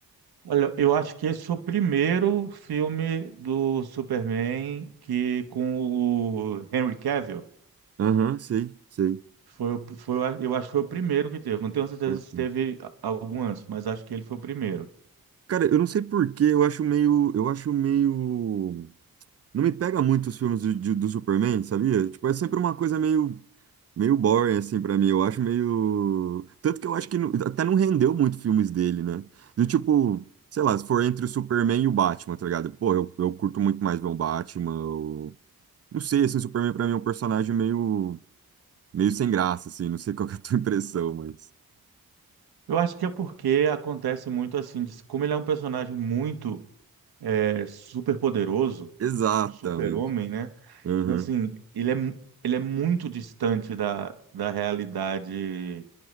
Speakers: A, on the right; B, on the right.
A: olha, eu acho que esse foi o primeiro filme do Superman que com o Henry Cavill.
B: Aham, sei, sei.
A: Foi, o- foi, o- eu acho que foi o primeiro que teve. Não tenho certeza
B: Pode
A: se
B: crer.
A: teve a- algum antes, mas acho que ele foi o primeiro.
B: Cara, eu não sei por quê, eu acho meio, eu acho meio, não me pega muito os filmes do, de- do Superman, sabia? Tipo, é sempre uma coisa meio, meio boring assim pra mim. Eu acho meio, tanto que eu acho que não- até não rendeu muito filmes dele, né? Do tipo, sei lá, se for entre o Superman e o Batman, tá ligado? Pô, eu, eu curto muito mais ver o Batman. Eu... Não sei, assim, o Superman pra mim é um personagem meio Meio sem graça, assim, não sei qual que é a tua <laughs> impressão, mas.
A: Eu acho que é porque acontece muito assim, de- como ele é um personagem muito é super poderoso,
B: Exatamente.
A: super-homem, né?
B: Uhum,
A: Então, assim, ele é, mu- ele é muito distante da, da realidade